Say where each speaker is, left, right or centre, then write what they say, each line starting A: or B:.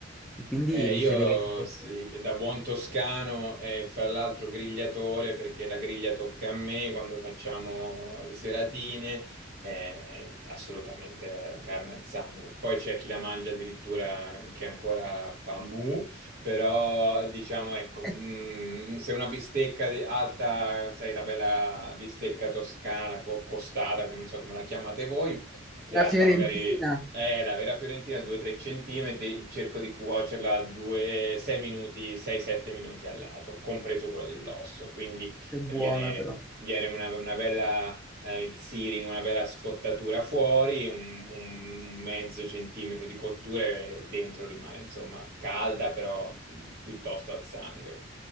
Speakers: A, in the centre; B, on the right (about 50°).
A: E quindi
B: Eh,
A: mi
B: io
A: chiedevo se fosse
B: sì, da buon toscano e fra l'altro grigliatore perché la griglia tocca a me quando facciamo le seratine, eh, assolutamente la la carne al sangue. Poi c'è chi la mangia addirittura che ancora fa mu, però diciamo ecco, mm,
A: <laughs>
B: se una bistecca di- alta, sai, la bella bistecca toscana, co- costata, come non so come la chiamate voi, che
A: una
B: è alta
A: fiorentina.
B: magari è la vera Fiorentina 2-3 centimetri, cerco di cuocerla 2, 6 minuti, 6-7 minuti al lato, compreso quello dell'osso, quindi
A: Che buona
B: eh, viene,
A: però.
B: viene una, una bella, eh, il searing, una bella scottatura fuori, un, un mezzo centimetro di cottura e dentro rimane insomma calda, però mh, piuttosto al sangue.